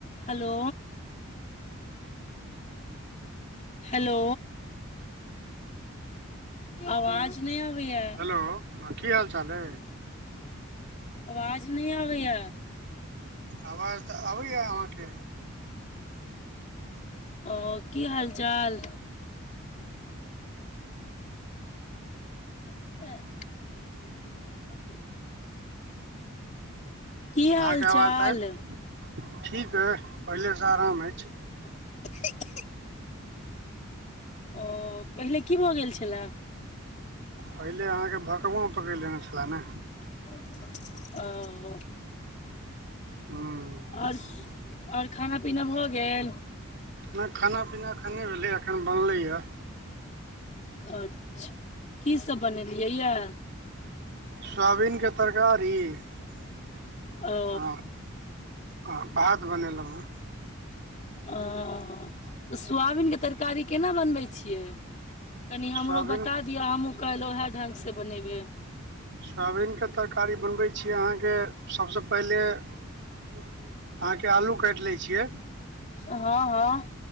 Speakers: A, on the left; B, on the right.
A: हलो <inaudible> hello आवाज नै आबैया।
B: हेलो, हं की हालचाल अइ।
A: अवाज नै आबैया।
B: आवाज त आबैया अहाँके।
A: ओ की हाल चाल? आ की हाल
B: अहाँके आवाज
A: चाल
B: त आब ठीक अइ पहिलेसं आराम अछि।
A: <unintelligible> ओ पहिले की भ गेल छला?
B: पहिले अहाँके भकौंआ पकरि लेने छला ने
A: <unintelligible> ओ
B: हं
A: आओर खाना पीना भ गेल?
B: नै खाना पीना एखनि नै भेलै, एखन बनलैए।
A: अच्छा की सब बनेलियै ए?
B: सोआबीनके तरकारी <inaudible>
A: ओ
B: आ आ भात बनेलौं हें।
A: <inaudible> ओ त सोआबीनके तरकारी केना बनबै छियै? कनी हमरो
B: सोयाबीन
A: बता दिअ, हमहुँ कालि वैह ढंग से बनेबै।
B: सोआबीनके तरकारी बनबै छिअइ अहाँके सबसं पहिले <inaudible> अहाँके आलू काटि लै छियै।
A: से हं- हं